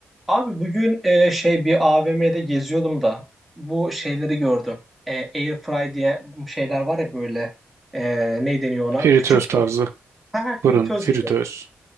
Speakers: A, in the centre; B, on the right.
A: Abi bugün e, şey bir AVM'de geziyordum da bu şeyleri gördüm. E, air fry diye şeyler var ya böyle e, ne deniyor ona?
B: Fritöz
A: Küçük
B: tarzı.
A: fır ha, ha,
B: Fırın,
A: fritöz
B: fritöz.
A: gibi.